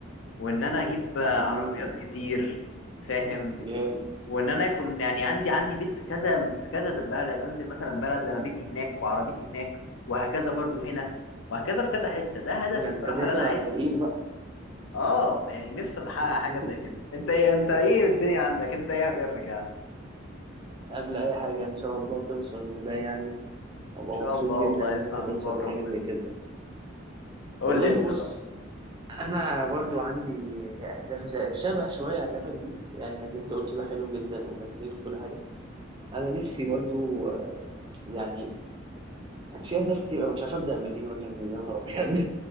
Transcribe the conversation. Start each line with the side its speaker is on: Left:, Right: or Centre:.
Left: وان انا اجيب عربيات
Right: امم
Left: كتير فاهم
Right: جامد
Left: وان انا اكون يعني عندي عندي بيت في كذا في كذا بلد انزل مثلا بلد انا بيتي هناك وعربيتي هناك وهكذا برضو هنا وهكذا في كذا حتة ده هدفي
Right: <laughs> ده
Left: الصراحة
Right: أنت داخل
Left: اللي انا عايز
Right: على تقيل بقى
Left: اه يعني نفسي احقق
Right: <laughs>
Left: حاجة زي كده انت ايه انت ايه الدنيا عندك انت ايه اهدافك يا عم ان
Right: قبل أي حاجة إن شاء الله توصل لده يعني أبقى
Left: شاء
Right: مبسوط
Left: الله
Right: جدا
Left: والله
Right: إن
Left: اسمع
Right: أنت توصل
Left: من بوك
Right: لحاجة
Left: ربنا
Right: زي كده
Left: قول
Right: والله
Left: لي انت
Right: بص
Left: بقى
Right: أنا برضو عندي أهداف زي- شبه شوية أهدافك دي يعني اللي أنت قلته ده حلو جدا وجميل وكل حاجة أنا نفسي برضو آه، يعني كان في أهداف كتير أوي مش عارف أبدأ منين ولا منين يا نهار أبيض